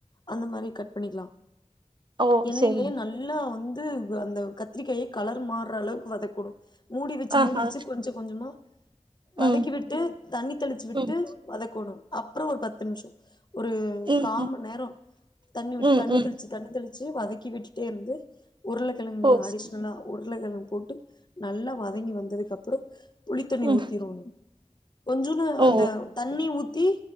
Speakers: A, on the left; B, on the right.
A: அந்த மாரி கட் பண்ணிக்கலா
B: ஓ
A: என்னையிலேயே
B: சரி
A: நல்லா வந் வந்து அந்த கத்திரிக்காய கலர் மார்ற அளவுக்கு வதக்கணு மூடி வச்சு
B: ஆஹா
A: மூடி வச்சு கொஞ்ச கொஞ்சமா வதக்கி
B: ம்
A: விட்டு தண்ணி தெளிச்சு விட்டு
B: ம்
A: வதக்கணு அப்றோ ஒரு பத்து நிமிஷோ ஒரு
B: ம்
A: கா
B: ம்
A: மண் நேரோ தண்ணி விட்டு
B: ம்
A: தண்ணி
B: ம்
A: தெளித் தெளிச்சு வதக்கி விட்டுட்டே இருந்து உருளக்கெழங்கு
B: ஓ
A: அடிஷனலா
B: சரி
A: ஒர் மெளகால்லா போட்டு நல்லா வதங்கி வந்ததுக்கு அப்றோ புளித்தண்ணி
B: ம்
A: ஊத்திரணு கொஞ்சூன்னு
B: ஓ
A: அந்த தண்ணி ஊத் த்தி